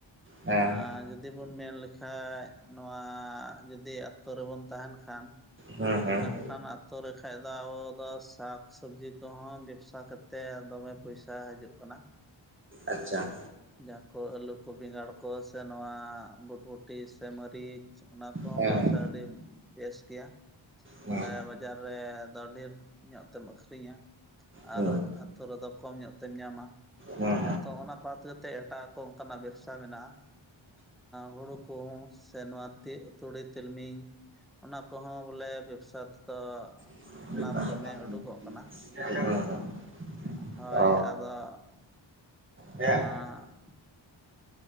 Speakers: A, on the right; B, in the centre.
A: ᱦᱮᱸ
B: ᱟᱨ ᱡᱩᱫᱤ ᱡᱩᱫᱤᱵᱚᱱ ᱢᱮᱱ ᱞᱮᱠᱷᱟᱡ ᱱᱚᱣᱟ ᱡᱩᱫᱤ ᱟᱛᱳ ᱨᱮᱵᱚᱱ ᱛᱟᱦᱮᱱ ᱠᱷᱟᱱ
A: ᱦᱮᱸ ᱦᱮᱸ
B: ᱠᱷᱟᱱ ᱟᱛᱳ ᱨᱮ ᱠᱷᱟᱡ ᱫᱚ ᱟᱵᱚ ᱫᱚ ᱥᱟᱠᱥᱚᱵᱽᱡᱤ ᱠᱚᱦᱚᱸ ᱵᱮᱵᱽᱥᱟ ᱠᱟᱛᱮᱫ ᱫᱚᱢᱮ ᱯᱚᱭᱥᱟ ᱥᱟ ᱦᱤᱡᱩᱜ ᱠᱟᱱᱟ
A: ᱟᱪᱪᱷᱟ
B: ᱡᱟᱦᱟᱸ ᱠᱚ ᱟᱹᱞᱩ ᱠᱚ ᱵᱮᱸᱜᱟᱲ ᱠᱚ ᱥᱮ ᱱᱚᱣᱟ ᱵᱩᱴᱵᱩᱴᱤ ᱥᱮ ᱢᱟᱹᱨᱤᱪ ᱚᱱᱟ ᱠᱚᱦᱚᱸ
A: ᱦᱮᱸ
B: ᱵᱮᱵᱽᱥᱟ
A: ᱦᱮᱸ
B: ᱟᱹᱰᱤ ᱵᱮᱥ ᱜᱮᱭᱟ ᱵᱚᱞᱮ
A: ᱦᱮᱸ
B: ᱵᱟᱡᱟᱨ ᱨᱮᱫᱚ ᱰᱷᱮᱨ ᱧᱚᱜ ᱛᱮᱢ ᱟᱹᱠᱷᱨᱤᱧᱟ
A: ᱦᱮᱸ
B: ᱟᱨ ᱟᱹᱛᱳ ᱨᱮᱫᱚ ᱠᱚᱢ ᱧᱚᱜ ᱛᱮᱢ ᱧᱟᱢᱟ
A: ᱦᱮᱸ
B: ᱛᱚ ᱚᱱᱟ ᱵᱟᱫ ᱠᱟᱛᱮᱜ ᱮᱴᱟᱜ ᱠᱚ ᱚᱝᱠᱟᱱᱟᱜ ᱵᱮᱵᱽᱥᱟ ᱢᱮᱱᱟᱜᱼᱟ ᱦᱩᱲᱩ ᱠᱚ ᱥᱮ ᱱᱚᱣᱟ ᱛᱩᱲᱤ ᱛᱤᱞᱢᱤᱧ ᱚᱱᱟ ᱠᱚᱦᱚᱸ ᱵᱚᱞᱮ ᱵᱮᱵᱽᱥᱟ ᱛᱮᱫᱚ
A: <unintelligible>
B: ᱞᱟᱵᱷ ᱫᱚᱢᱮ ᱩᱰᱩᱠᱚᱜ ᱠᱟᱱᱟ ᱦᱳᱭ
A: ᱚ
B: ᱟᱫᱚ
A: ᱦᱮᱸ
B: ᱮᱸ